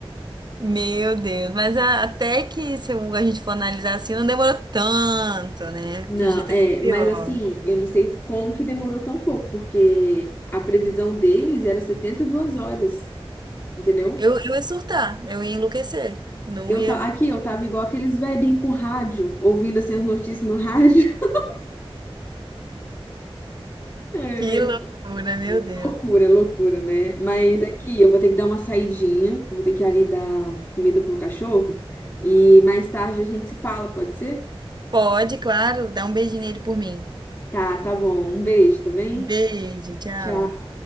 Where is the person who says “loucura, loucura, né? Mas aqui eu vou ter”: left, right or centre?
Left